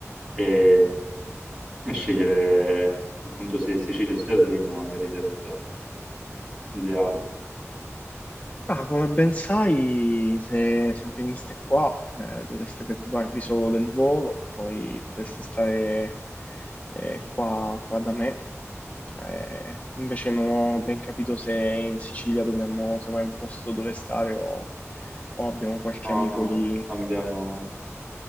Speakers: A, on the right (about 20°); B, on the left (about 30°).
A: e, e scegliere appunto se Sicilia o Sardegna magari sarebbe ideale.
B: ah, come ben sai, se, se veniste qua eh, dovreste preoccuparvi solo del volo, poi potreste stare eh, qua qua da me Eh, invece non ho ben capito se in Sicilia dovremmo trovare un posto dove stare o, o abbiamo qualche
A: No,
B: amico
A: no,
B: lì.
A: abbiamo...